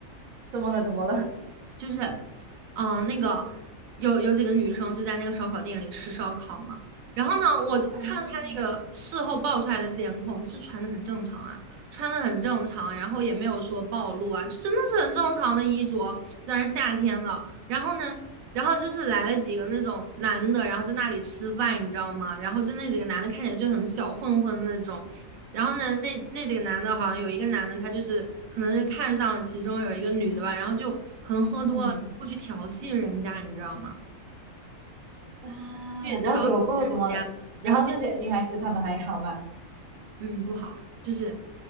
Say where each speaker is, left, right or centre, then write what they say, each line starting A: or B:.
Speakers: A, on the right; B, on the right.
A: 怎么了？怎么了？
B: 就是，嗯，呃那个有有几个女生就在那个烧烤店里吃烧烤嘛。然后呢，我看到他那个事后爆出来的监控，
A: 啊
B: 就穿的很正常啊，穿的很正常，然后也没有说暴露啊，就真的是很正常的衣着，虽然夏天了。然后呢，然后就是来了几个那种男的，然后在那里吃饭，你知道吗？然后就那几个男的看起来就很小混混那种，然后呢，那那几个男的，好像有一个男的，他就是可能是看上了其中有一个女的吧，然后就可能喝多了，
A: 嗯
B: 过去调戏人家，你知道吗？
A: 啊，
B: 去调戏人家，
A: 然后结果过后怎么？然后那些女孩子她们还好吗？
B: 然后结果嗯，不好，就是